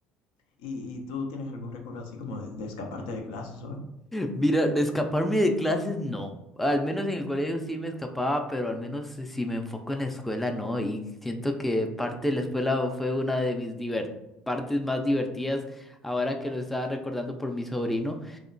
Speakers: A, on the left; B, in the centre.
A: ¿Y, y tú tienes algún recuerdo así como de, de escaparte de clases o algo?
B: Mira, de escaparme de clases no. Al menos en el colegio sí me escapaba, pero al menos si si me enfoco en la escuela no. Y siento que parte de la escuela fue una de mis diver- partes más divertidas ahora que lo estaba recordando por mi sobrino.